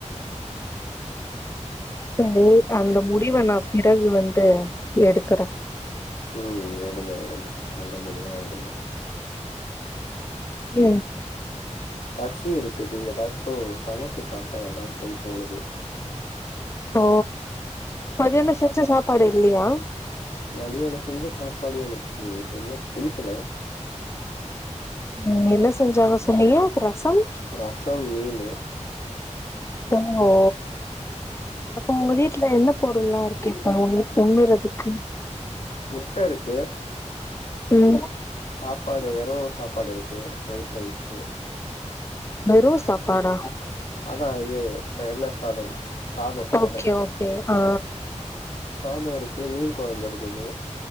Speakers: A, on the left; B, on the left.
A: <unintelligible> அந்த முடிவ நா பிறகு வந்து எடுக்குற
B: ம் எடுங்க எடுங்க நல்ல முடிவா எடுங்க
A: ம்
B: பசி எடுக்குது ஏதாச்சு சமச்சு சாப்ட்டா நல்லாருக்குன்னு தோணுது
A: ஓ மதியானம் செஞ்ச சாப்பாடு இல்லயா
B: மதியானம் செஞ்ச சாப்பாடு எனக்கு சரியா புடிக்கல
A: ம் என்ன செஞ்சாங்க சொன்னீங்க ரசம்
B: ரசம் மீனு
A: ஓ அப்ப உங்க வீட்ல என்ன பொருள்லாருக்கு இப்ப பொங்குறதுக்கு
B: முட்டருக்கு
A: ம்
B: சாப்பாடு வெறு சாப்பாடுருக்கு ஒய்ட் ரைஸு
A: வெறு சாப்பாடா
B: அதா இது வெள்ள சாதம் சாதோ சாதோ
A: ஓகே ஓகே ஆ
B: சாதோருக்கு மீன் குழம்புருக்குது